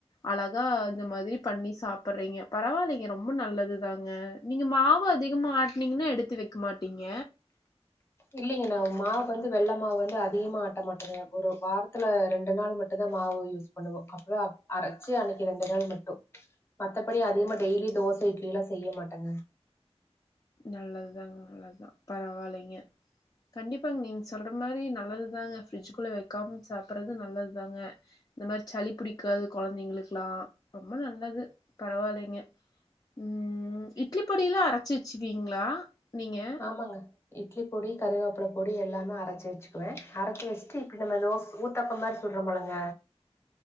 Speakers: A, on the left; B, on the left.
A: அழகா இந்த மாதிரி பண்ணி சாப்டுறீங்க பரவால்லீங்க ரொம்ப நல்லதுதாங்க நீங்க மாவு அதிகமா ஆட்னிங்கன்னா எடுத்து வெக்க மாட்டீங்க
B: இல்லைங்க நா மாவு வந்து வெள்ள மாவு வந்து அதிகமா ஆட்ட மாட்டேங்க ஒரு வாரத்துல ரெண்டு நாள் மட்டுதா மாவு யூஸ் பண்ணுவோ அப்பவே அரைச்சு அன்னைக்கி ரெண்டு நாள் மட்டு மத்தபடி அதிகமா டெய்லி தோச இட்லியெல்லா செய்ய மாட்டேங்க
A: நல்லதுதாங்க நல்லதுதா பரவால்லீங்க கண்டிப்பாங்க நீங்க சொல்ற மாரி நல்லதுதாங்க ஃபிரிட்ஜுக்குள்ள வெக்காம சாப்பிறது நல்லதுதாங்க இந்த மாரி சளி பிடிக்காது கொழந்தைங்களுக்கெல்லா ரொம்ப நல்லது பரவால்லீங்க ம் இட்லி பொடியெல்லா அரச்சு வச்சப்பீங்களா நீங்க
B: ஆமாங்க இட்லி பொடி கருகப்பில பொடி எல்லாமே அரச்சி வச்சுக்குவே அரைச்சி வச்சிட்டு இப்டி நம்ம தோச ஊத் தாப்போ மாரி சுடுறே போலங்க